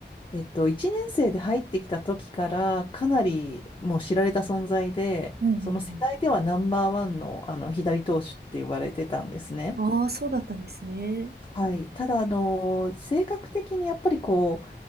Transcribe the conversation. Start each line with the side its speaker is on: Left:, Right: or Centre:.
Left: えっと、1年生で入ってきた時からかなりもう知られた存在で、
Right: うんうん
Left: その世代ではナンバーワンの、あの左投手って言われてたんですね。
Right: うん。ああ、そうだったんですね。
Left: はい。ただ、あの、性格的にやっぱりこ